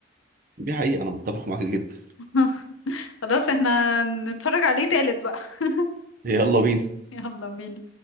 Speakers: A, on the right; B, on the left.
A: دي حقيقة أنا متفق معاك جدا
B: <laughs> خلاص احنا نتفرج عليه تالت بقى <laughs>
A: يلا بينا
B: يلا بينا